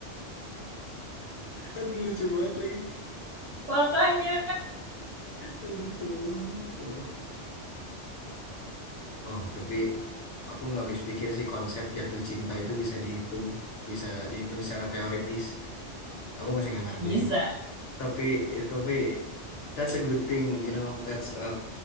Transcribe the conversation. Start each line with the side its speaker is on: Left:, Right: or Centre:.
Left: Aduh, lucu banget lagi.
Right: <laughs> Makanya
Left: Aduh, ya Allah, ya Allah. Oh, tapi aku nggak habis pikir sih konsep jatuh cinta itu bisa dihitung, bisa dihitung secara teoritis. Aku masih nggak ngerti
Right: bisa.
Left: sih. Tapi tapi that's a good thing, you know, that's a